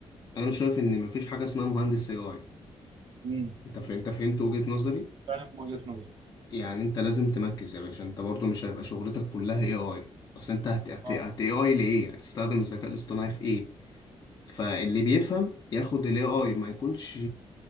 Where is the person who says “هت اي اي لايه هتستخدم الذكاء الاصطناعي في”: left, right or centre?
Left